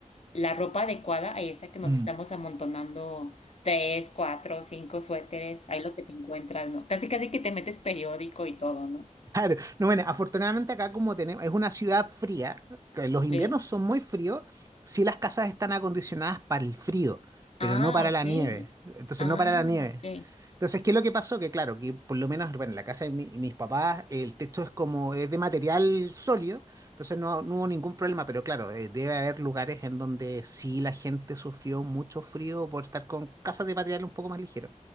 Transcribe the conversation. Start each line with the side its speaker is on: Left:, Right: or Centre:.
Left: la ropa adecuada ahí está que nos
Right: Mm.
Left: estamos amontonando tres, cuatro, cinco suéteres, ahí lo que te encuentras, ¿no? Casi casi que te metes periódico y todo, ¿no?
Right: Claro, no, bueno, afortunadamente acá como tenemos, es una ciudad fría, que los
Left: Ok.
Right: inviernos son muy fríos, sí las casas están acondicionadas para el frío, pero
Left: Ah,
Right: no para
Left: ok.
Right: la nieve, entonces
Left: Ah,
Right: no para la nieve.
Left: ok.
Right: Entonces, ¿qué es lo que pasó? Que claro, que por lo menos, bueno, en la casa de mi- mis papás, el techo es como, es de material sólido, entonces no, no hubo ningún problema, pero claro, eh, debe haber lugares en donde sí la gente sufrió mucho frío por estar con casas de material un poco más ligero.